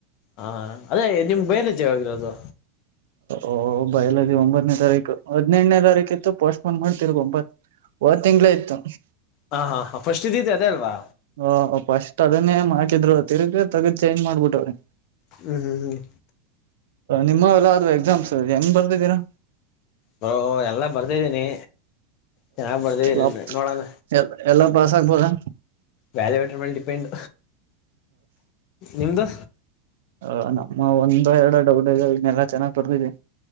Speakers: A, on the left; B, on the right.
A: ಹಾ ಅದೇ ನಿಮ್ ಬಯಲೆಜೀ ಯಾವಾಗಿರೋದು
B: ಒ ಬಯಲಜಿ ಒಂಬತನೇ ತಾರೀಕು ಹದನಐದನೇ ಕಿತ್ತು ಪೋಸ್ಟಪಾನ್ ಮಾಡ್ ತಿರ್ಗ ಒಂಬತ್ ಹೋದ ತಿಂಗಳೆ ಇತ್ತು
A: ಹಾ ಹಾ ಹ ಫಸ್ಟ್ ಇದ್ದಿದ್ ಅದೇ ಅಲ್ವಾ
B: ಹ ಫಸ್ಟ್ ಅದನ್ನೇ ಮಾಡಾಕಿದ್ರು ತಿರ್ಗ ತಗ ಚಂಜ ಮಾಡಬಿಟ್ಟವ್ರಿ
A: ಹ್ಞೂ ಹ್ಞೂ ಹ್ಞೂ
B: ನಿಮ್ಮ ಎಲ್ಲ ಅದು ಎಕ್ಸಾಮ್ಸ್ ಹೆಂಗ್ ಬರ್ತಿದ್ದೀರಾ
A: ಹ ಎಲ್ಲ ಬರ್ದಿದ್ದೀನಿ ಚೆನ್ನಾಗಿ ಬರ್ದಿದೀನಿ
B: ಎಲ್ಲ
A: ನೋಡೋಣ
B: ಎ ಎಲ್ಲಾ ಪಾಸ್ ಆಗ್ಬೋದಾ
A: ವ್ಯಾಲ್ಯೂಟರ್ ಮೇಲೆ ಡಿಪೆಂಡ್ ನಿಮ್ದು
B: ಹ ನಮ್ಮ ಒಂದ ಎರಡು ಡೌಡೆ ಇನ್ನೆಲ್ಲಾ ಚೆನ್ನಾಗ್ ಬರ್ದಿದೆ